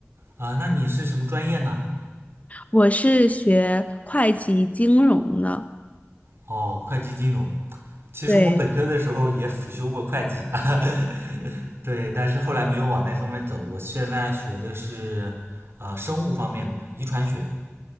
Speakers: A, on the right; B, on the left.
A: 啊、那你是什么专业呢？
B: 我是学会计金融的，
A: 哦，会计金融。其实我本科的时候也辅修过会计，
B: 对，
A: <laughs> 对，但是后来没有往那方面走。我现在学的是呃生物方面的嘛，遗传学